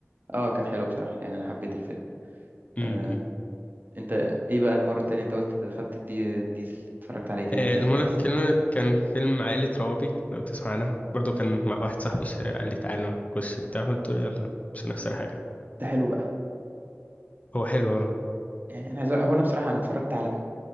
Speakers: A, on the right; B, on the left.
A: اه كانت حلوه بصراحه يعني انا حبيت الفيلم
B: م-
A: آه
B: م.
A: انت ايه بقى المره التانية انت قلت دخلت الدي ديزل اتفرجت عليه تاني
B: آه،
A: في
B: المرة
A: في السينما
B: التانية كان فيلم عائلة روابي لو تسمع عنها برضو كان مع واحد صاحبي ش- قال لي تعالى نخش بتاع قلت له يلا مش هنخسر حاجة
A: ده حلو بقى
B: هو حلو اه
A: يعني انا عايز أقول- هو انا بصراحه انا اتفرجت على م-